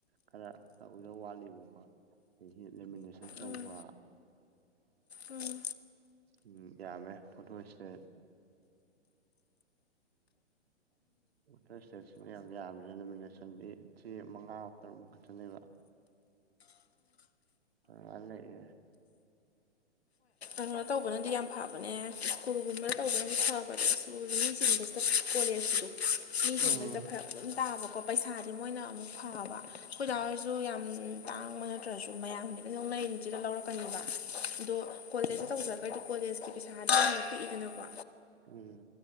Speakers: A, on the right; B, on the left.
A: ꯈꯔ ꯇꯧꯗ ꯋꯥꯠꯂꯤꯕꯀꯣ ꯑꯗꯒꯤꯗꯒꯤ ꯂꯦꯃꯤꯅꯦꯁꯟ ꯇꯧꯕ
B: ꯎꯝ ꯎꯝ
A: ꯎꯝ ꯌꯥꯃꯦ ꯄꯣꯇꯣꯁꯤꯦ ꯑꯣꯇꯔ ꯏꯁꯇꯦꯠꯁꯤꯅ ꯌꯥꯝ ꯌꯥꯕꯅꯤꯅ ꯅꯣꯃꯤꯅꯦꯁꯟꯗꯤ ꯁꯤ ꯃꯉꯥ ꯇꯔꯨꯛꯃꯨꯛ ꯈꯠꯇꯅꯦꯕ ꯃꯥ ꯂꯩ
B: ꯈꯪ ꯇꯧꯕꯅꯗꯤ ꯌꯥꯝ ꯐꯕꯅꯦ ꯁ꯭ꯀꯨꯜꯒꯨꯝꯕꯅ ꯇꯧꯕꯅꯗꯤ ꯐꯕ ꯁ꯭ꯀꯨꯜꯕ ꯃꯤ ꯁꯤꯒꯨꯝꯕꯁꯤꯗ ꯀꯣꯂꯦꯖꯁꯤꯗ ꯃꯤꯁꯤꯡꯗꯁꯤꯗ
A: ꯎꯝ
B: ꯐꯔ ꯑꯗꯨꯝ ꯇꯥꯕ ꯀꯣ ꯄꯩꯁꯥꯗꯤ ꯃꯣꯏꯅ ꯑꯃꯨꯛ ꯐꯕ ꯑꯩꯈꯣꯏꯖꯥ ꯑꯣꯏꯔꯁꯨ ꯌꯥꯝ ꯇꯥꯡꯕ ꯅꯠꯇ꯭ꯔꯁꯨ ꯃꯌꯥꯝ ꯍꯧꯖꯤꯛꯀ ꯌꯧꯅꯔꯤꯅꯤꯁꯤꯗ ꯂꯧꯔꯛꯀꯅꯦꯕ ꯑꯗꯣ ꯀꯣꯂꯦꯖꯇ ꯇꯧꯔꯒꯗꯤ ꯀꯣꯂꯦꯖꯀꯤ ꯄꯩꯁꯥꯗ ꯌꯥꯝꯛ ꯄꯤꯛꯏꯗꯅꯀꯣ
A: ꯎꯝ